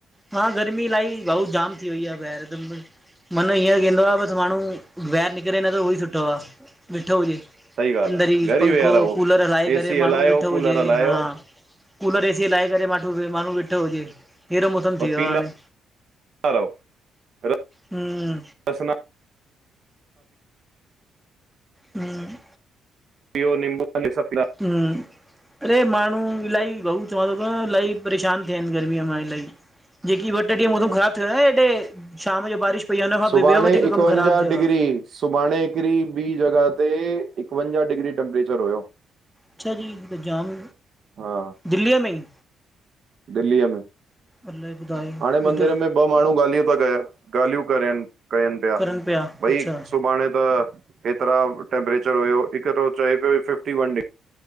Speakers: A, in the centre; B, on the right.
A: हा, गर्मी इलाही भाऊ जाम थी वई आ, ॿाहर त, मन हीअं केंदो आ बस माण्हू ॿाहिर निकरे न त उहो ई सुठो आ वेठो हुजे,
B: सही ॻाल्हि
A: अंदर ई
B: आ घर
A: पंखो
B: विया रहो
A: कूलर हलाए
B: एसी
A: करे
B: हलायो
A: माण्हू वेठो
B: कूलर
A: हुजे,
B: हलायो
A: हा। कूलर एसी हालाए करे माटू माण्हू वेठो हुजे, एडो मौसम
B: <unintelligible>
A: थी वियो आहे हाणे हम्म हम्म
B: पियो नींबू पानी सब
A: हम्म अड़े माण्हू इलाही भाऊ चवंदा तव इलाही परेशान थिया आहिन गर्मीअ मां इलाही। जेकी ॿ ट्रे ॾींहं
B: हम्म
A: मौसम ख़राब थियो आ न हेॾे शाम जो बारिश पई आ हुन खां
B: सुभाणे
A: पो ॿयो वधीक
B: एकवंजाह
A: कम ख़राब थियो
B: डिग्री
A: आ।
B: सुभाणे हिकड़ी ॿी जॻह ते एकवंजा डिग्री टेम्परेचर हुयो।
A: अच्छा जी त जाम
B: हा
A: दिल्लीअ में ई।
B: दिल्लीअ में,
A: अलाए ॿुधायो
B: हाणे मंदिर
A: एॾो
B: में ॿ माण्हू ॻाल्हियूं ॿ गया ॻाल्हियूं करेन, कयनि पिया,
A: करनि
B: भई
A: अच्छा
B: सुभाणे त हेतरा टैमपरेचर हुयो, हिक तो चए पयो फिफ्टी वन डिग्